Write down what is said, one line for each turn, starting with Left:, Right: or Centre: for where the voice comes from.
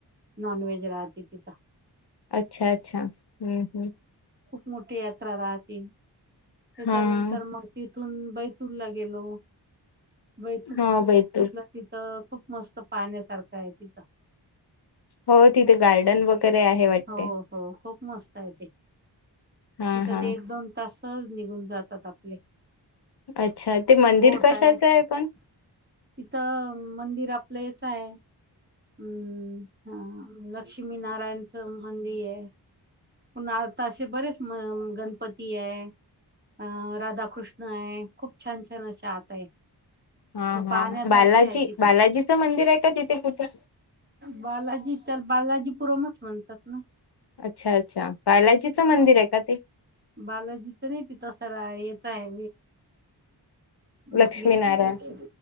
Right: नॉन व्हेज राहते तिथं.
Left: अच्छा अच्छा हम्म हम्म.
Right: खूप मोठी यात्रा राहते त्याच्यानंतर
Left: हा
Right: मग तिथून बैतूल लाे. गेलो वैल पिथ.
Left: हा बैतूल
Right: खूप मस्त पाण्यासारखं आहे तिथं
Left: हो तिथे गार्डन वगैरे आहे वाटते
Right: हो हो खूप मस्त आहे ते
Left: हा
Right: तिथं
Left: हा
Right: ते एक दोन तासच निघून जातात आपले
Left: अच्छा ते मंदिर
Right: होट
Left: कशाचं
Right: आहे तिथं
Left: पण
Right: मंदिर आपलं य काय हम्म हा लक्ष्मीनारायणच मंदिर आहे प आता असे बरेच गणपती आहे अं राधाकृष्ण आहे खूप छान छान अशा आत आहे
Left: <inaudible> हा
Right: तर
Left: हा
Right: पाहण्यासारखे
Left: बालाजी
Right: आहे तिथं
Left: बालाजीचं मंदिर आहे का तिथे कुठे
Right: बालाजी तर बालाजीपुरमच म्हणतात ना
Left: अच्छा अच्छा बालाजीचं
Right: हा
Left: मंदिर आहे का ते
Right: बालाजीच नाही तिथं याच आहे म
Left: लक्ष्मीनारायण
Right: आपली लक्ष